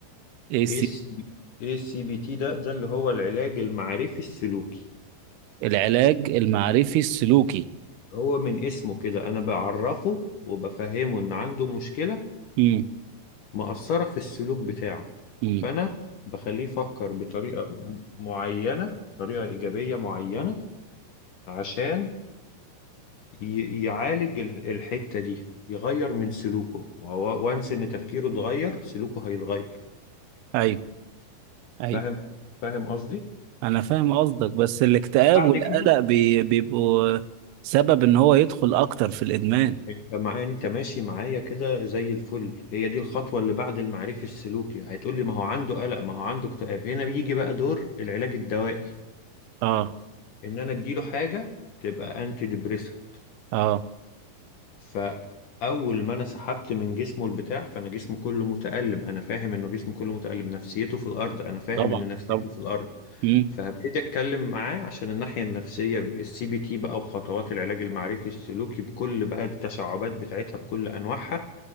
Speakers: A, on the right; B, on the left.
A: إيه الس-
B: ايه السي بي ايه السي بي تي ده ده اللي هو العلاج المعرفي السلوكي
A: العلاج المعرفي السلوكي
B: هو من اسمه كده أنا بعرفه وبفهمه إن عنده مشكلة
A: مم.
B: مأثرة في السلوك بتاعه
A: مم.
B: فأنا بخليه يفكر بطريقة م- معينة طريقة إيجابية معينة عشان ي- يعالج ال- الحتة دي يغير من سلوكه هو وانس إن تفكيره اتغير سلوكه هيتغير
A: ايوه ايوه
B: فاهم فاهم قصدي؟
A: انا فاهم قصدك بس الاكتئاب
B: بعد
A: والقلق
B: كده
A: بي... بيبقوا سبب ان هو يدخل اكتر في الادمان
B: انت مع انت ماشي معايا كده زي الفل هي دي الخطوة اللي بعد المعرفي السلوكي هتقول لي ما هو عنده قلق ما هو عنده اكتئاب هنا بيجي بقى دور العلاج الدوائي
A: اه
B: ان انا اديله حاجة تبقى انتي ديبريسنت
A: اه
B: فاول ما انا سحبت من جسمه البتاع فانا جسمه كله متألم انا فاهم انه جسمه كله متألم نفسيته في الارض انا فاهم
A: طبعا
B: ان نفسيته
A: طبعا
B: في الارض
A: مم.
B: فهبتدي اتكلم معاه عشان الناحيه النفسيه بالسي بي تي بقى وخطوات العلاج المعرفي السلوكي بكل بقى التشعبات بتاعتها بكل انواعها